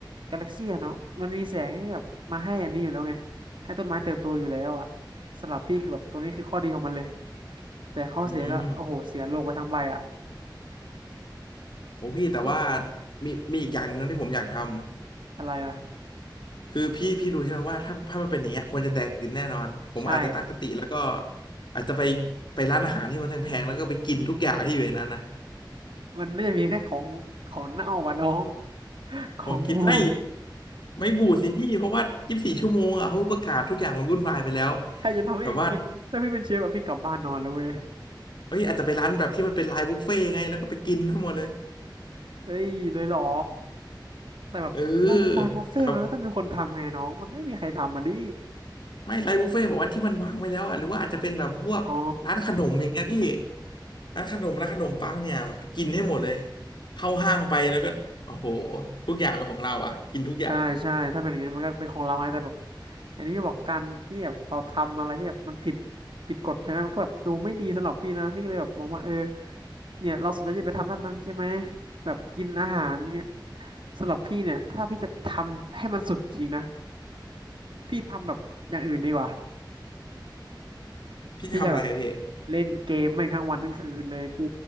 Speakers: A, on the right; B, on the left.
A: กาแล็กซี่เนาะมันมีแสงที่แบบมาให้อันนี้อยู่แล้วไง ให้ต้นไม้เติบโตอยู่แล้วอ่ะสำหรับพี่คือแบบตัวนี้คือข้อดีของมันเลยแต่ข้อเสียก็โอ้โหเสียโลกไปทั้งใบอ่ะ
B: อืมโอ้พี่แต่ว่า
A: โลก
B: มีมีอีกอย่างหนึ่งนะที่ผมอยากทำ
A: อะไรอ่ะ
B: คือพี่พี่รู้ใช่ไหมว่าถ้าถ้ามันเป็นอย่างเงี้ยคนจะแตกตื่นแน่นอนผมอาจจะตั้งสติแล้วก็
A: ใช่
B: อาจจะไปไปร้านอาหารที่มันแพงๆแล้วก็ไปกินทุกอย่างที่อยู่ในนั้นนะ
A: มันไม่ได้มีแค่ของของเน่าอ่ะน้อง <laughs> ของบูด
B: ผมคิดไม่ไม่บูดสิพี่เพราะว่ายี่สิบสี่ชั่วโมงอ่ะเขาประกาศทุกอย่างมันวุ่นวายไปแล้ว
A: ใครจะทำให้เองกินถ้าพี่เป็นเชฟแบบพี่กลับบ้านนอนแล้วเว้ย
B: แบบว่าเอ้ยอาจจะไปร้านแบบที่มันเป็นไลน์บุฟเฟ่ต์ไงแล้วก็ไปกินทั้งหมดเลย
A: เฮ้ยเลยเหรอแต่แบบร้านรายบุฟเฟ่ต์มันก็ต้องมีคนทำไงน้องมันไม่มีใครทำมาดิ
B: เออแบบไม่ไลน์บุฟเฟ่ต์บอกว่าที่มันวางไว้แล้วอ่ะหรือว่าอาจจะเป็นแบบพวกร้านขนมอย่างเงี้ยพี่
A: อ๋อ
B: ร้านขนมร้านขนมปังเนี่ยกินให้หมดเลยเข้าห้างไปแล้วก็โอ้โหทุกอย่างเป็นของเราอ่ะกินทุกอย่าง
A: ใช่ใช่ถ้าเป็นอย่างนี้มันก็เป็นของเราไงแต่แบบอันนี้พี่บอกการที่แบบเราทำอะไรที่แบบมันผิดผิดกฎใช่ไหมมันก็แบบดูไม่ดีสำหรับพี่นะพี่ก็เลยแบบมองว่าเออเนี่ยเราสนใจจะไปทำด้านนั้นใช่ไหมแบบกินอาหารเนี่ยสำหรับพี่เนี่ยถ้าพี่จะทำให้มันสุดจริงนะพี่ทำแบบอย่างอื่นดีกว่า
B: พี่ทำอะไรอะพี่
A: พี่จะแบบเล่นเกมแม่งทั้งวันทั้งคืนเลยกู